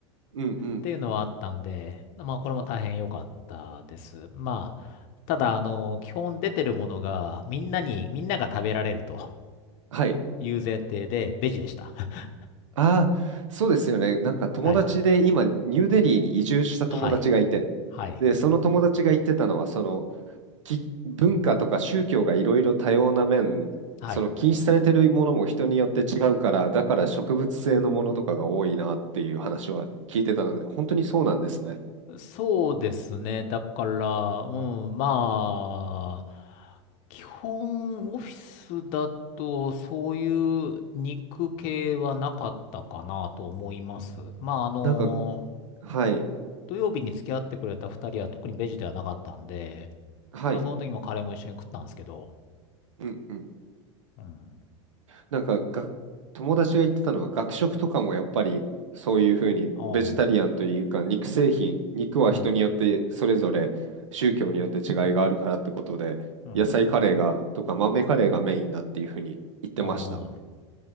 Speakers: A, on the right; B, on the left.
A: うんうん。
B: っていうのはあったんで、まあこれも大変良かったです。まあ、ただ、あの、基本出てるものが、みんなに、みんなが食べられると
A: はい。
B: いう前提で、ベジでした。<laughs>
A: ああ、そうですよね。なんか友達で今、
B: はい。
A: ニューデリーに移住した友達がいて、
B: はい。はい。
A: で、その友達が言ってたのは、その、き文化とか宗教がいろいろ多様な面、
B: はい。
A: その禁止されてるものも人によって違うから、だから植物性のものとかが多いなっていう話は聞いてたので、本当にそうなんですね。
B: そうですね。だから、うん、まあ、基本オフィスだとそういう肉系はなかったかなと思います。まあ、あの、
A: なんか、はい、
B: 土曜日に付き合ってくれた二人は特にベジではなかったんで、
A: はい、
B: まあ、その時もカレーも一緒に食ったんですけど、
A: うんうん。
B: うん、
A: なんかが、友達が言ってたのは、学食とかもやっぱりそういうふうにベジタリアンというか、
B: あ
A: 肉製品、肉は人によってそれぞれ宗教によって違いがあるからってことで、
B: あ、うん、うん、
A: 野菜カレーがとか豆カレーがメインだっていうふうに言ってました。
B: ああ